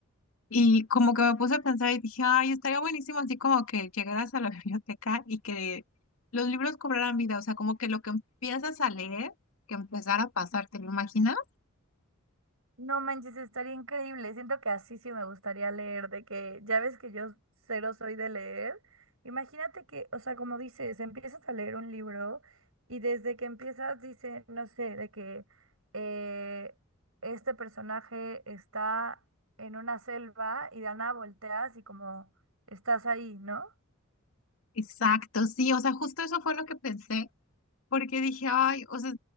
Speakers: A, on the left; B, on the right.
A: Y como que me puse a pensar y dije, ay, estaría buenísimo así como que llegaras a la <laughs> biblioteca y que los libros cobraran vida, o sea, como que lo que empiezas a leer, que empezara a pasar, ¿te lo imaginas?
B: No manches, estaría increíble. Siento que así sí me gustaría leer, de que ya ves que yo cero soy de leer. Imagínate que, o sea, como dices, empiezas a leer un libro y desde que empiezas dice, no sé, de que eh, este personaje está en una selva y de la nada volteas y como estás ahí, ¿no?
A: Exacto, sí, o sea, justo eso fue lo que pensé porque dije, ay, o sea,